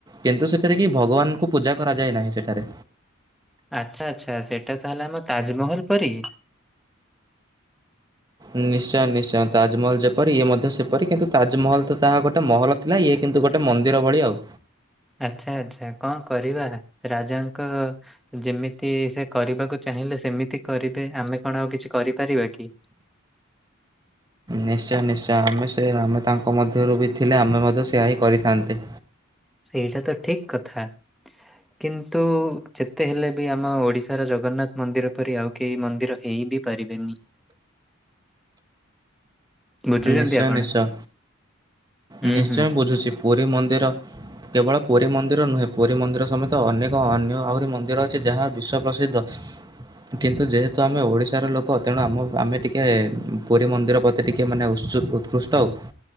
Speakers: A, on the right (about 20°); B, in the centre.
A: କିନ୍ତୁ ସେଥିରେ କି ଭଗବାନଙ୍କୁ ପୂଜା କରାଯାଏ ନାହିଁ ସେଠାରେ।
B: ଆଚ୍ଛା, ଆଚ୍ଛା, ସେଇଟା ତାହେଲେ ଆମ ତାଜମହଲ ପରି।
A: ନିଶ୍ଚୟ, ନିଶ୍ଚୟ, ତାଜମହଲ ଯେପରି ଇଏ ମଧ୍ୟ ସେପରି କିନ୍ତୁ ତାଜମହଲ ତ ତାହା ଗୋଟେ ମହଲ ଥିଲା, ଇଏ କିନ୍ତୁ ଗୋଟେ ମନ୍ଦିର ଭଳି ଆଉ
B: ଆଚ୍ଛା, ଆଛା, କଣ କରିବା? ରାଜାଙ୍କ ଯେମିତି ସେ କରିବାକୁ ଚାହିଁ ଚାହିଁଲେ ସେମିତି କରିବେ ଆମେ କଣ ଆଉ କିଛି କରିପାରିବା କି?
A: ନିଶ୍ଚୟ, ନିଶ୍ଚୟ, ଆମେ ସେ ଆମେ ତାଙ୍କ ମଧ୍ୟରୁ ବି ଥିଲେ ଆମେ ମଧ୍ୟ ସେଆ ହିଁ କରିଥାନ୍ତେ।
B: ସେଇଟା ତ ଠିକ କଥା। କିନ୍ତୁ ଯେତେ ହେଲେ ବି ଆମ ଓଡିଶାର ଜଗନ୍ନାଥ ମନ୍ଦିର ପରି ଆଉ କେହି ମନ୍ଦିର ହେଇବି ପାରିବେନି। ବୁଝୁଛନ୍ତି
A: ନିଶ୍ଚୟ
B: ଆପଣ
A: ନିଶ୍ଚୟ
B: ହୁଁ
A: <inaudible> ନିଶ୍ଚୟ
B: ହୁଁ
A: ବୁଝୁଛି ପୁରୀ ମନ୍ଦିର କେବଳ ପୁରୀ ମନ୍ଦିର ନୁହେଁ, ପୁରୀ ମନ୍ଦିର ସମେତ ଅନେକ ଅନ୍ୟ ଆହୁରି ମନ୍ଦିର ଅଛି ଯାହା ବିଶ୍ଵ ପ୍ରସି ଦ୍ଧ।। ଦଶ <unintelligible> କିନ୍ତୁ ଯେହେତୁ ଆମେ ଓଡିଶାର ଲୋକ, ତେଣୁ ଆମ ଆମେ ଟିକେ ପୁରୀ ମନ୍ଦିର ପ୍ରତି ଟିକେ କି ମାନେ ଉୁ ଉତ୍କୃଷ୍ଟ ହେଉ।